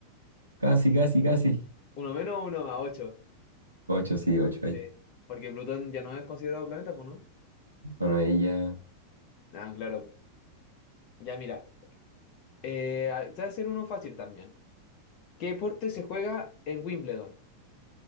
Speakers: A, on the right; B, on the left.
A: Casi, casi, casi.
B: Uno menos, uno más, ocho.
A: Ocho, sí, ocho hay.
B: Sí, porque Plutón ya no es considerado planeta, pues, ¿no?
A: Bueno, ella,
B: Ah, claro. po. Ya, mira. Eh, a- te voy a hacer uno fácil también. ¿Qué deporte se juega en Wimbledon?